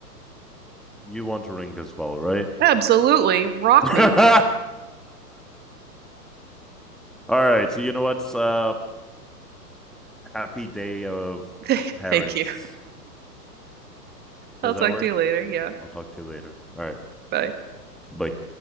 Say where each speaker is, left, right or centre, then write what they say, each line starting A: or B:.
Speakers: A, in the centre; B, on the right.
A: you want to ring as well, right?
B: Absolutely. Rock
A: <laughs>
B: me.
A: all right. So you know what's uh happy day of
B: <laughs>
A: parents.
B: Thank you.
A: Does
B: I'll talk
A: that work?
B: to you later. Yeah.
A: I'll talk to you later. All right.
B: Bye.
A: Bye.